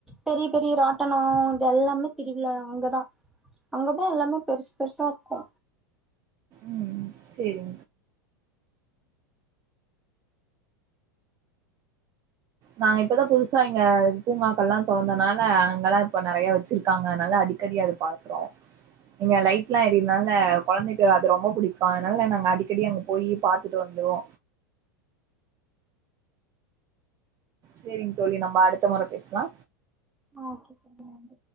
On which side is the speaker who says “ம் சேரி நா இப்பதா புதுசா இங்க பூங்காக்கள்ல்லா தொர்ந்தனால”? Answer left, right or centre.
Right